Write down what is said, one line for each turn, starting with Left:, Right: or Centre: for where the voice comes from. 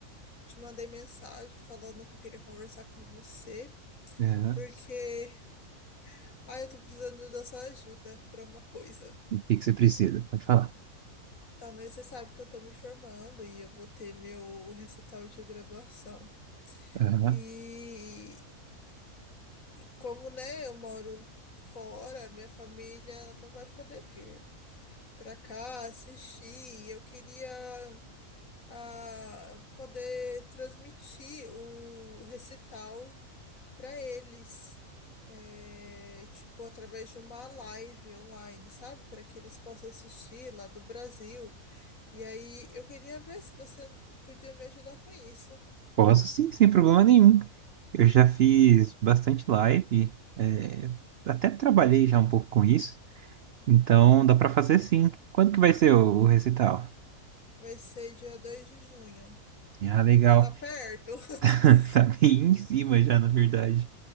Left: te mandei mensagem falando que eu queria conversar com você,
Right: Aham.
Left: porque ah, eu tô precisando da sua ajuda para uma coisa.
Right: O que que você precisa? Pode falar.
Left: Então, né, você sabe que eu tô me formando e eu vou ter meu recital de graduação.
Right: Aham.
Left: E, e como, né, eu moro fora, minha família não vai poder vir. pra cá assistir. Eu queria ah, poder transmitir o recital para eles, é, tipo, através de uma live online, sabe? Para que eles possam assistir lá do Brasil. E aí eu queria ver se você podia me ajudar com isso.
Right: Posso sim, sem problema nenhum. Eu já fiz bastante live, é, até trabalhei já um pouco com isso, então dá pra fazer sim. Quando que vai ser o, o recital?
Left: Vai ser dia 2 de junho.
Right: Ah, legal.
Left: Tá perto? <laughs>
Right: <laughs> Tá bem em cima já, na verdade.